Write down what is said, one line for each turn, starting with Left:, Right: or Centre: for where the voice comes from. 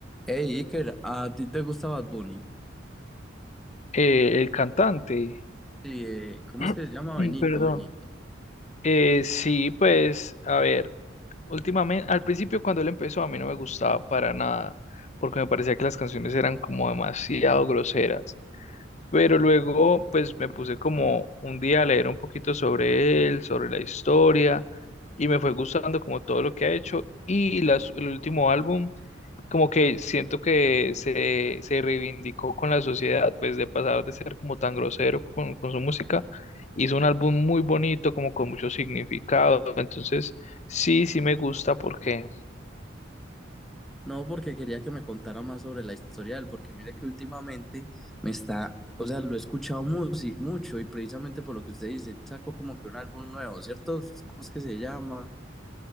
Centre: Hey Iker, ¿a ti te gusta Bad Bunny?
Left: Eh, el cantante.
Centre: Sí, eh, ¿cómo
Left: <clears throat>
Centre: es que se llama? Benito,
Left: Perdón.
Centre: Benito.
Left: Eh, sí, pues, a ver, últimamente, al principio cuando él empezó a mí no me gustaba para nada, porque me parecía que las canciones eran como demasiado groseras. Pero luego, pues, me puse como un día a leer un poquito sobre él, sobre la historia, y me fue gustando como todo lo que ha hecho. Y las, el último álbum como que siento que se, se reivindicó con la sociedad, pues de pasar de ser como tan grosero con, con su música, hizo un álbum muy bonito, como con mucho significado, entonces sí, sí me gusta porque
Centre: No, porque quería que me contara más sobre la historia de él, porque mire que últimamente me está, o sea, lo he escuchado mu- sí, mucho y precisamente por lo que usted dice, sacó como que un álbum nuevo, ¿cierto? ¿Cómo es que se llama?